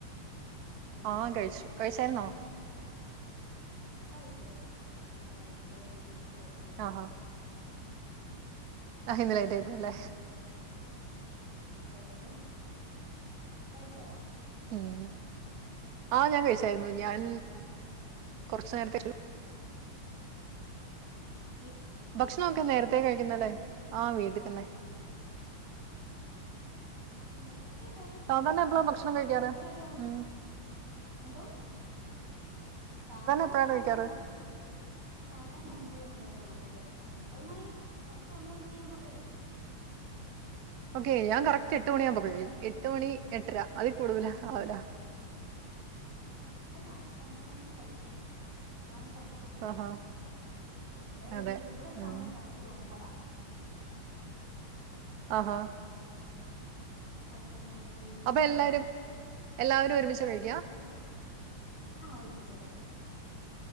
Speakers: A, on the right (about 40°); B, on the right (about 70°).
A: സുഖം
B: ആ
A: സുഖം
B: കഴിച്ചു
A: സുഖം
B: കഴിച്ചായിരൂന്നോ
A: എങ്ങനെയുണ്ട് കഴിച്ചു കഴിച്ചു ഇപ്പൊ കഴിച്ചതേള്ളൂ <unintelligible> ലൈറ്റായി പോയി.
B: ആഹാ ആ ഇന്ന്
A: ഉം
B: ലൈറ്റായി
A: അപ്പം
B: പോയി ല്ലേ
A: പിന്നെ അതെ തെ തെ കഴിച്ചോ?
B: ഉം ആ ഞാൻ കഴിച്ചായിരുന്നു ഞാൻ കൊറച്ച നേരത്തെ
A: മ്
B: ഭക്ഷണം ഒക്കെ നേര ത്തേ കഴിക്കുന്നല്ലേ ആ വീട്ടിൽത്തന്നെ
A: ഓക്കെ നേര കഴിക്കും
B: സാധാരണ എപ്പളാ ഭക്ഷണം
A: നേരത്തെന്ന്
B: കഴിക്കാറ്
A: വെച്ചാൽ ഒരു ഒപത്
B: ഉം
A: എന്തോ സാധാരണ
B: എപ്പഴാ കഴിക്കാറ്
A: ഒൻപത് ഒ സാധാരണ ഒൻപത് ഒപതരയാ <unintelligible> കഴിക്കും ഒൻപത് മണി കറക്റ്റ് ഒൻപത് മണിയാകുമ്പോ കഴിക്കും
B: ഓക്കെ ഇയാൾ കറക്റ്റ് എട്ട്ണിയാമ്പോ
A: ഇന്ന്
B: കഴിക്കും എട്ട്മണി എട്ടര അതി കൂടുതല ആവല
A: ഇല്ലല്ലേ നല്ലതാ പക്ഷെ അങ്ങനെ വേണം കഴിക്കാൻ ഇതാണ് കറ റ്റ് സമയ
B: ആഹാ
A: ഇവിടെ
B: അതെ
A: ഈ ഇവിടെ
B: ഉം
A: സമയം കറക്റ്റ് ഒൻപതാ
B: ആഹാ
A: ഉം പണികൾ എല്ലാം പെ തീർന്നു
B: അപ്പൊ എല്ലാവരും
A: അല്ലെ
B: എല്ലാവരും ഒരുമിച്ച കഴിക്കാ
A: ആഹ ഒരുമിച്ച കഴിക്കത്തുള്ളൂ